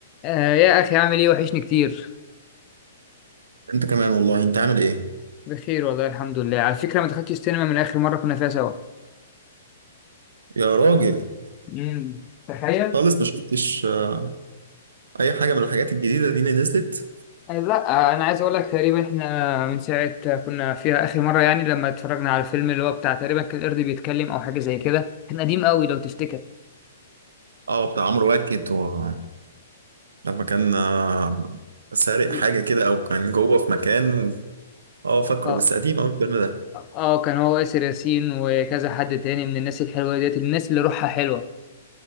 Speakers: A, on the left; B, on the right.
A: آه يا اخي عامل ايه وحشني كتير
B: انت كمان والله انت عامل ايه
A: بخير والله الحمد لله على فكره ما دخلتش السينما من اخر مره كنا فيها سوا
B: يا راجل
A: امم تخيل
B: خالص ما شفتش آه، اي حاجه من الحاجات الجديده دي اللي نزلت
A: آه لا آه انا عايز اقول لك تقريبا احنا من ساعه كنا فيها اخر مره يعني لما اتفرجنا على الفيلم اللي هو بتاع تقريبا كان القرد بيتكلم او حاجه زي كده كان قديم قوي لو تفتكر
B: اه بتاع عمرو واكد و... لما كان آه، سارق حاجه
A: اه
B: كده او كان جوه في مكان و... اه فاكره
A: اه
B: بس قديم قوي الفيلم ده
A: آه، كان هو ياسر ياسين وكذا حد تاني من الناس الحلوه ديت الناس اللي روحها حلوه